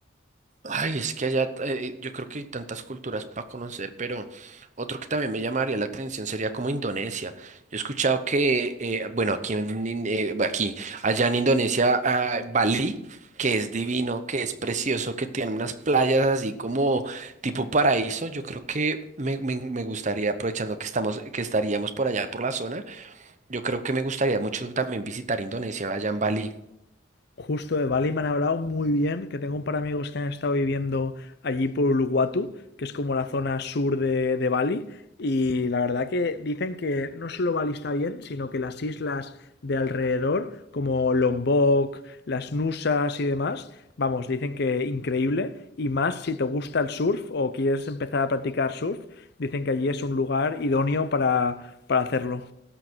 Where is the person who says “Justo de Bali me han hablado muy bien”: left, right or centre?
Left